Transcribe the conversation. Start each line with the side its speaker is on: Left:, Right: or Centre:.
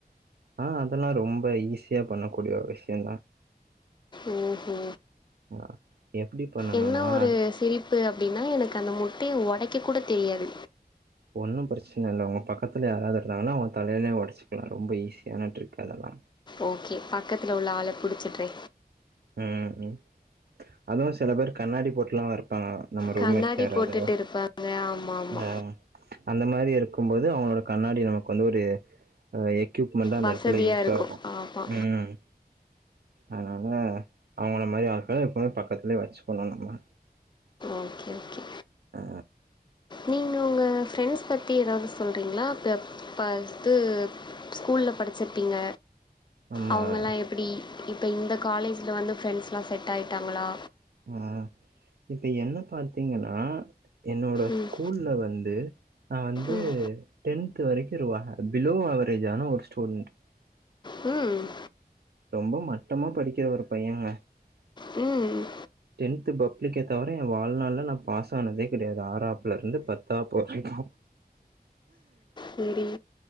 Right: ஆ அதெல்லா ரொம்ப ஈஸியா பண்ணக்கூடிய விஷயோ தா
Left: ஓ ஓ
Right: ஆ எப்டி பண்ணணுனா
Left: என்ன ஒரு
Right: அதுக்கு
Left: சிரிப் பு அப்டினா எனக்கு அந்த முட்டையை உடைக்க கூட தெரியாது
Right: ஒன்னு பிரச்சன இல்ல உங்க பக்கத்துல யாராவது இருந்தாங்கன்னா அவுங்க தலையிலையு உடச்சிக்கலா ரொம்ப ஈஸியான ட்ரிக் அதெல்லா
Left: ஓகே பக்கத்துல உள்ள ஆள பிடிச்சிட்றே
Right: ம் ம் அதுவு சில பேரு கண்ணாடி போட்டுலா வப்பாங்க நம்ம ரூம்மேட்ஸ்
Left: கண்ணாடி
Right: யாராது
Left: போட்டுட்டு இருப்பாங்க ஆமா ஆமா
Right: ஆ அந்த மாதிரி இருக்கும்போது அவங்களோட கண்ணாடி நமக்கு வந்து ஒரு எக்யூப்மெண்டா அந்த
Left: வசதியா
Right: எடத்துல யூஸாகு
Left: இருக்கும் ஆமா
Right: ம் அதனால அவங்கள மாரி ஆக்க எப்போம் பக்கத்லயே வச்சுக்கணும் நம்ம
Left: ஓகே ஓகே
Right: ஆ
Left: நீங்க உங்க ஃப்ரெண்ட்ஸ் பத்தி ஏதாவது சொல்றீங்களா ப்ர பாத்து ஸ்கூல்ல படிச்சிருப்பீங்க
Right: நம்ம
Left: அவங்கல்லா எப்டி இப்ப இந்த காலேஜ்ல வந்து ஃப்ரெண்ட்ஸ்லா செட் ஆயிட்டாங்களா
Right: ம் இப்ப என்ன பாத்தீங்கன்னா என்னோட
Left: ம்
Right: ஸ்கூல வந்து நா வந்து
Left: ம்
Right: டென்து வரைக்கு ருவாக பிலோ அவரேஜான ஒரு ஸ்டூடண்ட்
Left: ம்
Right: ரொம்ப மட்டமா படிக்கிற ஒரு பையங்க
Left: ம்
Right: டென்த்து பப்ளிக்க தவிர எ வாழ்நாள்ல் நா பாஸ் ஆனதே கெடையாது ஆறாப் ல இருந்து பத்தாப்பு வரைக்கு
Left: சரி